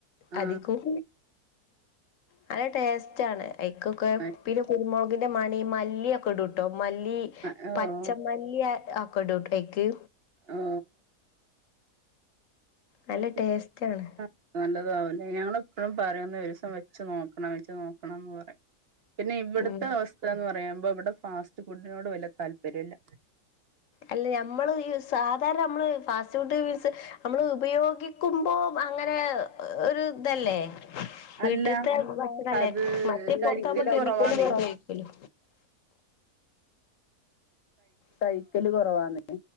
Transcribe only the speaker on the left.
അധികും നല്ല ടേസ്റ്റാണ് ഐക്കൊക്കെ
പിന്നെ കുരുമൊൾക്ന്റെ മണി, മല്ലിയൊക്കെടുട്ടോ മല്ലി
പച്ചമല്ലി ആ ആക്കടൂട്ടയ്ക്ക്.
നല്ല
ടേസ്റ്റ് ആണ്
ഉം
അല്ല ഞമ്മള് ഈ സാധാരണ നമ്മള് ഫാസ്റ്റ് ഫുഡ് യൂസ് നമ്മള് ഉപയോഗിക്കുമ്പോ അങ്ങനെ ഒരിതല്ലേ വീട്ടിത്തെ
ഭക്ഷണല്ല
മറ്റേ
പുറത്താമ്പോ കെമിക്കൽ
കുറവായിക്കൂല്ലോ കഴിക്കല് കുറവാന്നെ